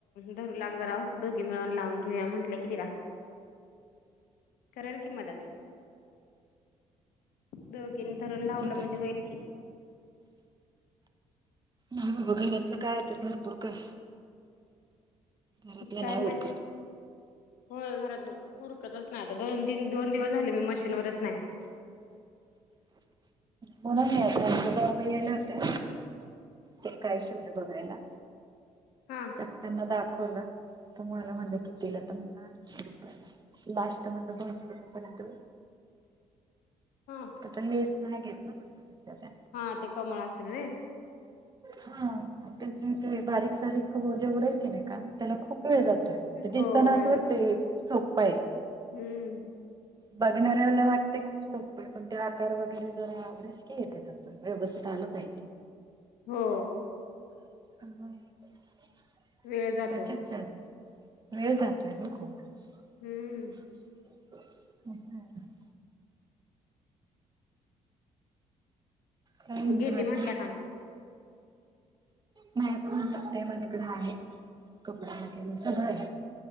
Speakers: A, on the left; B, on the right.
A: धरू लाग जरा, दोघी मिळून लावून घेऊया म्हटलं की तिला. करल की मदत. दोघीन धरून लावलं,
B: ती पण
A: म्हणजे होईल की.
B: हा बाबा घरातलं काय तर भरपूर काय. घरातलं
A: काय
B: नाही
A: म्हश.
B: उरकत
A: होय घरात उरकतच नाही आता, दोन दिन दोन दिवस झाले मी मशीनवरच नाही.
B: म्हणून नाही आता जावूबाई आल्या होत्या. ते काय शिवलंय बघायला
A: हा
B: आता त्यांना दाखवलं. तर मला म्हणल कितीलं तर म्हणला आठशे रुपयाला, लास्ट म्हणल दोनशे रुपय पर्यंत.
A: हां..
B: <unintelligible> तेच्या त्या.
A: हा ते कमळ <unintelligible> होय.
B: हा त्यातून तुम्ही बारीक सारीक व- जेवढं हे केलंय का? त्याला खूप वेळ जातोय ते, दिसताना
A: हो वेळ
B: असं वाटतंय खूप सोप्पं आहे.
A: हम्म.
B: बघणाऱ्याला वाटते खूप सोप पण ते आकार वगैरे जरा, रिस्की आहे ते तसं व्यवस्थित आलं पाहिजे.
A: हो.
B: <unintelligible>
A: वेळ जातो.
B: अच्छ अच् वेळ जातोय गं कूप <unintelligible>
A: हम्म.
B: <unintelligible> काय म्हणते
A: म घेते
B: बाकी
A: म्हटलं का?
B: नाहीच म्हणताय ते माझ्याकडे आहे कपडा वगैरे सगळं आहे.